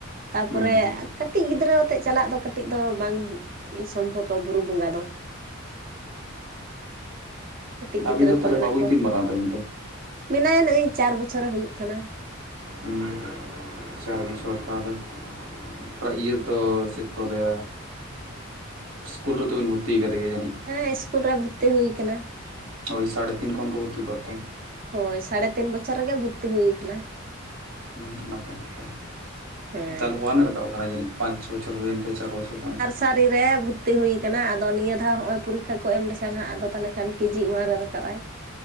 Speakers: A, on the right; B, on the right.
A: ᱛᱟᱯᱚᱨᱮ
B: ᱦᱮᱸ
A: ᱠᱟᱹᱴᱤᱡ ᱜᱤᱫᱽᱨᱟᱹ ᱟᱛᱮ ᱪᱟᱞᱟᱜ ᱫᱚ ᱠᱟᱹᱴᱤᱡ ᱠᱟᱹᱴᱤᱡ ᱫᱚ ᱵᱟᱝ ᱥᱚᱢᱵᱷᱚᱵᱼᱵᱟ ᱵᱩᱨᱩ ᱵᱚᱸᱜᱟ ᱫᱚ᱾ ᱠᱟᱹᱴᱤᱡ ᱜᱤᱫᱽᱨᱟᱹ
B: ᱟᱹᱵᱤᱱ ᱫᱚ
A: ᱠᱚ
B: ᱛᱟᱦᱞᱮ
A: ᱢᱮᱱᱟᱜ
B: ᱵᱟᱵᱩᱭ
A: ᱠᱚᱣᱟ
B: ᱛᱤᱱ ᱢᱟᱨᱟᱝ ᱛᱟᱹᱵᱤᱱ ᱛᱮ?
A: ᱢᱮᱱᱟᱭᱟ ᱱᱚᱜᱼᱚᱭ ᱪᱟᱨ ᱵᱚᱪᱷᱚᱨᱮ ᱦᱩᱭᱩᱜ ᱠᱟᱱᱟ᱾
B: ᱦᱩᱸ ᱪᱟᱨ ᱵᱚᱪᱷᱚᱨ ᱛᱟᱦᱞᱮ ᱾ ᱤᱭᱟᱹ ᱛᱚ ᱪᱮᱫ ᱠᱚ ᱞᱟᱹᱭᱟ? ᱤᱥᱠᱩᱞ ᱨᱮᱫᱚ ᱵᱤᱱ ᱵᱷᱚᱨᱛᱤ ᱠᱟᱫᱮᱜᱮᱭᱟ ᱡᱟᱹᱱᱤᱡ?
A: ᱦᱮᱸ ᱤᱥᱠᱩᱞ ᱨᱮ ᱵᱷᱚᱨᱛᱤ ᱦᱩᱭ ᱠᱟᱱᱟ᱾
B: ᱦᱳᱭ ᱥᱟᱲᱮ ᱛᱤᱱ ᱠᱷᱚᱱ ᱠᱚ ᱵᱷᱚᱨᱛᱤ ᱠᱚᱣᱟ ᱛᱚ᱾
A: ᱦᱳᱭ ᱥᱟᱲᱮ ᱛᱤᱱ ᱵᱚᱪᱷᱚᱨ ᱨᱮᱜᱮ ᱵᱷᱚᱨᱛᱤ ᱦᱩᱭ ᱠᱟᱱᱟ ᱾
B: ᱦᱩᱸ ᱱᱟᱯᱟᱭ ᱱᱟᱯᱟᱭ,
A: ᱦᱮᱸ
B: ᱛᱟᱦᱞᱮ ᱚᱭᱟᱱᱮ ᱨᱟᱠᱟᱵ ᱠᱟᱱᱟ ᱡᱟᱹᱱᱤᱡ? ᱯᱟᱸᱪᱽ ᱪᱷᱚ ᱵᱚᱪᱷᱚᱨ ᱦᱩᱭᱮᱱ ᱛᱟᱭᱟ ᱪᱟᱨ ᱵᱚᱪᱷᱚᱨ ᱠᱷᱚᱱ ᱾
A: ᱥᱟᱨᱤᱨᱮ ᱵᱷᱚᱨᱛᱤ ᱦᱩᱭ ᱠᱟᱱᱟ ᱟᱫᱚ ᱱᱤᱭᱟᱹ ᱫᱷᱟᱣ ᱦᱚᱸᱜᱼᱚᱭ ᱯᱚᱨᱤᱠᱷᱟ ᱠᱚ ᱮᱢ ᱞᱮᱠᱷᱟᱱ ᱦᱟᱸᱜ ᱟᱫᱚ ᱛᱟᱦᱞᱮ ᱠᱷᱟᱱ ᱠᱮᱡᱤ ᱚᱣᱟᱱ ᱨᱮ ᱨᱟᱠᱟᱵ-ᱟᱭ᱾